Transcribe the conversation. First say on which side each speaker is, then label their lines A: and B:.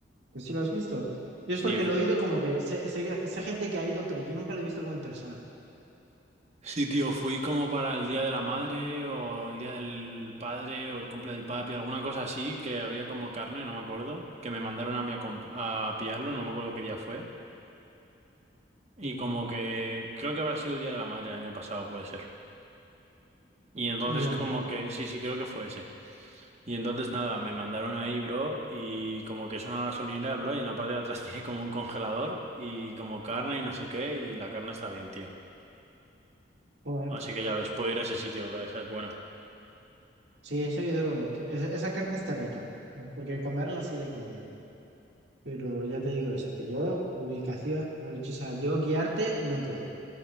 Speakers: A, on the right; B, on the right.
A: pues sí lo has visto? Yo
B: Sí,
A: es porque
B: f-
A: lo he oído como que sé, sé, sé gente que ha ido, pero yo nunca lo he visto como en persona.
B: sí, tío, fui como para el Día de la Madre o el Día del Padre o el cumple del papi, alguna cosa así, que había como carne, no me acuerdo, que me mandaron a mí a, comp- a pillarlo, no me acuerdo qué día fue. Y
A: Sí.
B: como que creo que habrá sido el Día de la Madre el año pasado, puede ser. Y entonces
A: Ya,
B: como que, sí, sí, creo que fue ese. Y entonces nada, me mandaron ahí, bro, y como que es una gasolinera, bro, y en la parte de atrás <laughs> tiene como un congelador y como carne y no sé qué, y la carne está bien, tío.
A: joder.
B: Así que ya ves, puedo ir a ese sitio, bro, esa es buena.
A: Sí, eso he oído que esa, esa carne está rica, pues, porque comerla sí la he comido. Pero ya te digo eso, que yo ubicación, eh, yo- o sea, yo guiarte no puedo.